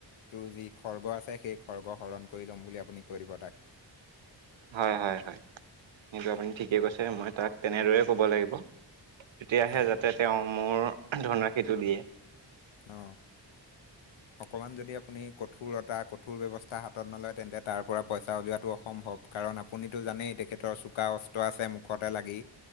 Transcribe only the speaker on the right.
হয় হয় হয় সেইটো আপুনি ঠিকে কৈছে মই তাক তেনেদৰে ক'ব লাগিব। তেতিয়াহে
যাতে তেওঁ মোৰ ধনৰাশিটো দিয়ে।